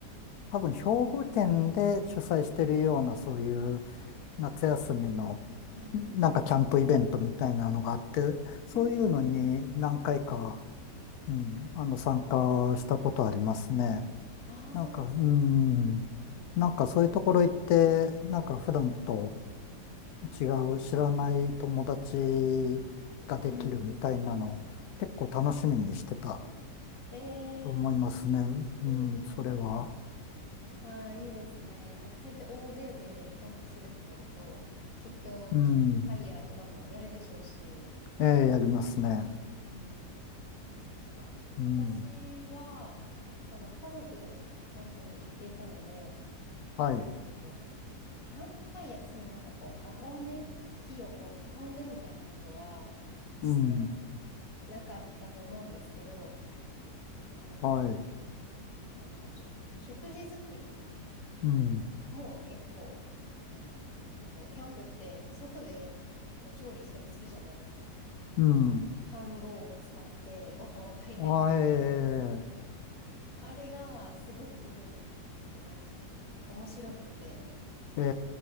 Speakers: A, on the left (about 70°); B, on the left (about 50°).
A: 多分、兵庫県で主催してるような、そういう夏休みの、
B: はい。
A: なんかキャンプイベントみたいなのがあって、そういうのに何回か、
B: うん。
A: うん、あの、参加したことありますね。
B: ああ、
A: なんか、
B: そうですか。
A: うん、
B: うん。
A: なんかそういうところ行って、なんか普段と違う知らない友達ができるみたいなの、
B: うん
A: 結構楽しみにしてた
B: え
A: と思いますね。
B: えうん、
A: うん、それは。
B: うんうん。ああ、いいですね。なんかそうやって大勢でキャンプするってなると、きっとキャンプファイヤーとかもやるでしょうし、
A: うん、ええ、やりますね。
B: うん。か、
A: うん。
B: 私は、その家族でキャンプに行っていたので、えっ
A: はい。
B: とキャンプファイヤー、そのなんかこう囲んで、火をこう囲んでみたいなことはして
A: うん。
B: なかったと思うんですけど、あの、
A: はい。
B: なんて言うんでしょう。食事作り
A: うん。
B: も結構、あの、なんかこう、キャンプって外でこう調理したりするじゃないですか。
A: うん。
B: 飯盒を使ってご飯を炊いたりと。
A: あ、え
B: あれがすごく、こう、面白くて、
A: え、ええ、